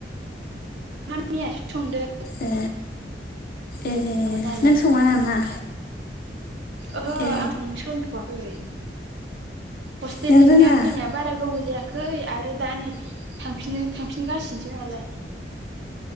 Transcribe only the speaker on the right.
मामियासो संदो।
नालाय
ओहो
आं संनो सोंलोंथ'वाखै हस्टेलनिफ्रायनो
फैनाय बारा गोबौ‌ जायाखै आरो दा नै थांफिनो थांफिनगासिनोसो नालाय।